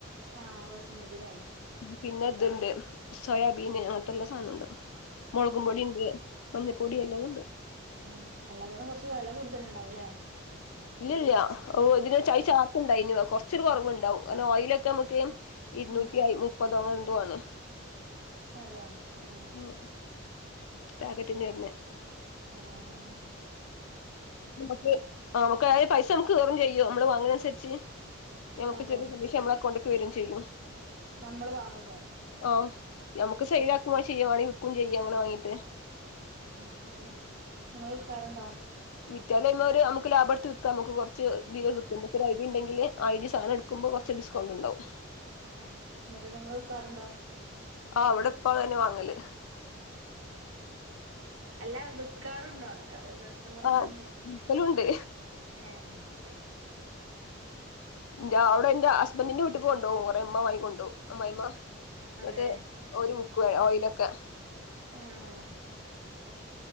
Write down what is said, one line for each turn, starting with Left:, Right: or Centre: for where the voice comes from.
Right: ആ വസ്മതിലെ
Left: പിന്നെ ത്ണ്ട് സോയാബീന് അങ്ങൻ ത്തെ ല്ലാ സാനമുണ്ട് മുളകും
Right: ഏഹ്
Left: പൊടി ണ്ട് മഞ്ഞപ്പൊടി എല്ലതു ണ്ട്
Right: ഉം അല്ലാതനും കുറച്ച് വില കൂടുതല് ണ്ടാവൂല്ലേ?
Left: ഇല്ലല്ലിയ എഹ് ഓഹ് ഇതിനൊര് ചയ് ചാർപ്പുണ്ടയ്നു കൊറച്ചൊരു കൊറവണ്ടാവും അങ്ങനെ ഓയിലൊക്കമ്മക്ക് ഇരുന്നൂറ്റി
Right: ഉം
Left: അയ് മുപ്പതോ ങ്ങാണെന്ധോണ്
Right: അതെ അഹ്
Left: ഓഹ് <inaudible> പേക്കേറ്റിന്നെർന്നെ
Right: ആആ
Left: മ്മക്ക് മ്മകായ് പൈസ കേറൂ ചെയ്യൂ ഞ മ്മള് വാങ്ങണൻസരിച്ചി നമുക്ക്
Right: അതെ
Left: ചെറിയ കമിഷ മ്മളക്കൗണ്ട്ക് വരും ചെയ്യും
Right: നമ്മള് വാങ്ങുമ്പോ
Left: ഓ നമക്ക് സൈലാക്കും ചെയ്യവാണയ് വിക്കും ചെയ്യാ അങ്ങനെ വാങ്ങീട്ട്
Right: അുതു അഹ് നിങ്ങൾ. വിക്കാറുണ്ടോ <unintelligible>
Left: വിറ്റാാലൈമോര്മ്മക്ക് ലാഭടുത് വിക്കാ മക്ക് കുറച്ച് ഇതികിട്ടും
Right: ആഹ്
Left: മ്മക്കൊരയ്ഡിണ്ടെങ്കില് ഐഡി സാന ട്ക്കുമ്പോ കൊർച് ഡിസ്കൗണ്ട് ണ്ടാവും
Right: ഏഹ് ന്ട്ട് നിങ്ങള് വിക്കാറുണ്ടോ
Left: ആഹ് അവിടെ പ്പാ അതെ ന്നെ വാങ്ങല്
Right: ആഹ <unintelligible> അല്ല വിക്കാറുണ്ടോന്ന് ക കസ്റ്റമർുണ്ടോന്നോയ്
Left: ആഹ് വിക്കലുണ്ട്
Right: എഹ് അഹ് ശരി
Left: ന്റ അവടെ ന്റ ഹസ്ബൻറിന്റെ വീട്ക്ക്‌ കൊണ്ടോവും കുറേ മ്മ വായിക്കൊണ്ടോവും അ്മായിമ്മ <inaudible>
Right: അതെ
Left: ങ്ട്ട് ഒരു മുക്ക ഓയിലൊക്കെ
Right: ആഹ <inaudible>